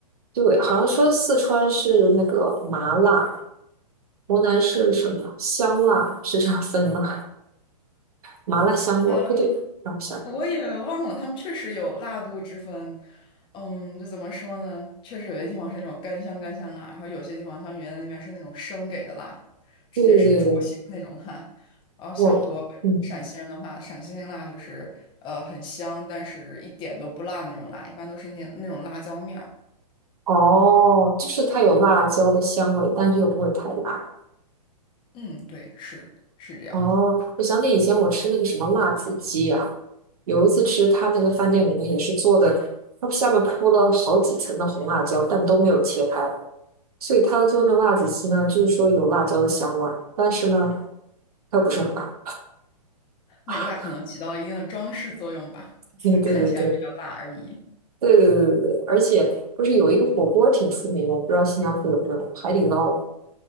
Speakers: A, on the right; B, on the left.
A: 对，好像说四川是那个麻辣，湖南是什么香辣，是这样分的，麻辣香锅不对，
B: 呃
A: 让我想想，
B: 我也忘了，他们确实有辣度之分。嗯，就怎么说呢？确实有些地方是那种干香干香辣，然后有些地方像云南那边是那种生给的辣，直接是灼心的那种辣。
A: 对对对，
B: 然后像我本身陕西人的话，
A: 我嗯，
B: 陕西那个辣就是呃很香，但是一点都不辣那种辣，一般都是那那种辣椒面儿。
A: 哦，就是它有辣椒的香味，但是又不会太辣。
B: 嗯，对，是是这样的，
A: 哦，我想起以前我吃那个什么辣子鸡啊，有一次吃他那个饭店里面也是做的，它下面铺了好几层的红辣椒，但都没有切开，所以它做的辣子鸡呢，就是说有辣椒的香味儿，但是呢，它又不是很辣。
B: 那个辣可能起到一定的装饰作用吧，
A: <laughs>
B: 只是看起来比较辣而已。
A: 对对对对对对对对对，而且不是有一个火锅挺出名的，我不知道新加坡有没有海底捞